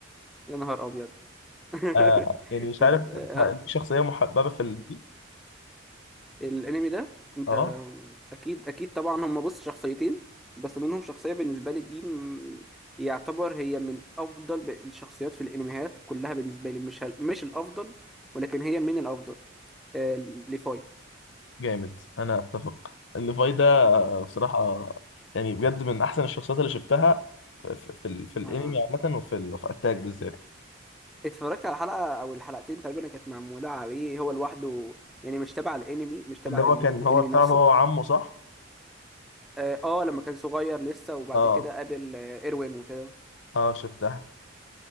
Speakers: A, in the centre; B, on the left.
A: يا نهار أبيض <laughs>
B: آه يعني مش
A: طب
B: عارف
A: آه،
B: آه، شخصيه محببه في ال...
A: الانمي ده انت
B: اه
A: اكيد اكيد طبعا هم بص شخصيتين بس منهم شخصيه بالنسبه لي دي م- يعتبر هي من افضل ب- الشخصيات في الانميات كلها بالنسبه لي مش هل... مش الافضل ولكن هي من الافضل آه ليفاي
B: جامد انا اتفق الليفاي ده بصراحة يعني بجد من أحسن الشخصيات اللي شفتها في في, ال... في الأنمي
A: آه.
B: عامة وفي ال... في أتاك بالذات
A: اتفرجت على حلقه او الحلقتين تقريبا اللي كانت معموله عليه هو لوحده يعني مش تبع الانمي مش تبع
B: اللي هو
A: الم...
B: كان
A: الانمي
B: هو بتاعه
A: نفسه
B: هو وعمه صح؟
A: اه آه، لما كان صغير لسه وبعد
B: اه
A: كده قابل آه ايروين وكده
B: اه شفتها